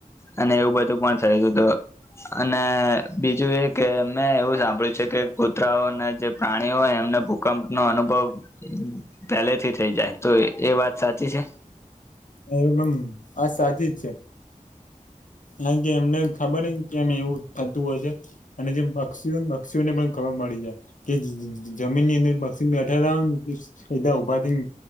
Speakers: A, on the left; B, on the left.
A: અને એવું બધું પણ થયુ હતુ અને બીજું એ કે મેં એવું સાંભળ્યું છે, કે કૂતરાઓ અને જે પ્રાણીઓ એમને ભૂકંપનોો અનુભવ. પેલેથી થઈ, જાય તો એ વાત સાચી છે.
B: એમ આ સાચી જ છે, કાર કે એમને ખબર ન કેમ એવું થતું હોય છે, અને જે પક્ષીઓને પક્ષીઓને પણ ખબર મળડી જાય, કે જમીન ની અંદર પક્ષી બેઠાલાા પથીંગ